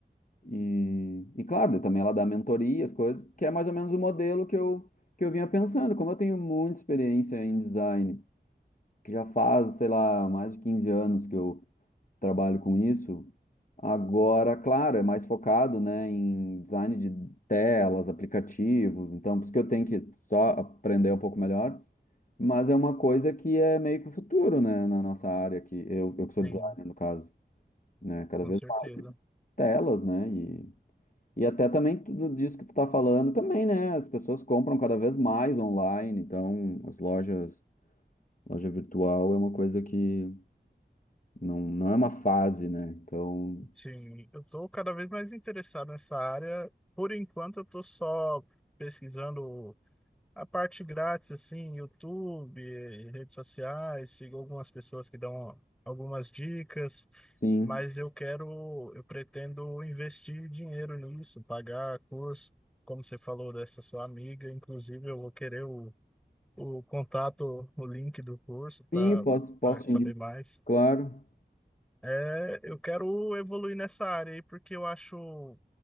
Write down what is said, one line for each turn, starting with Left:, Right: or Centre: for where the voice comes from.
Left: E, e claro, daí também ela dá mentoria, as coisas, que é mais ou menos o modelo que eu, que eu vinha pensando. Como eu tenho muita experiência em design que já faz, sei lá, mais de 15 anos que eu trabalho com isso. Agora, claro, é mais focado, né, em design de telas, aplicativos, então por isso que eu tenho que só aprender um pouco melhor, mas é uma coisa que é meio que o futuro, né, na nossa área, que eu, eu que sou
Centre: Sim,
Left: designer, no caso, né, cada
Centre: com
Left: vez
Centre: certeza.
Left: mais telas, né, e, e até também tudo disso que tu tá falando também, né, as pessoas compram cada vez mais online, então as lojas, loja virtual é uma coisa que Não, não é uma fase, né? Então,
Centre: Sim, eu estou cada vez mais interessado nessa área. Por enquanto, eu estou só pesquisando A parte grátis, assim, YouTube, redes sociais, sigo algumas pessoas que dão algumas dicas,
Left: sim.
Centre: mas eu quero, eu pretendo investir dinheiro nisso, pagar curso, como você falou dessa sua amiga, inclusive eu vou querer o, o contato, o link do curso para
Left: Sim, posso, posso
Centre: para saber
Left: te indicar,
Centre: mais.
Left: claro.
Centre: É, eu quero evoluir nessa área aí, porque eu acho,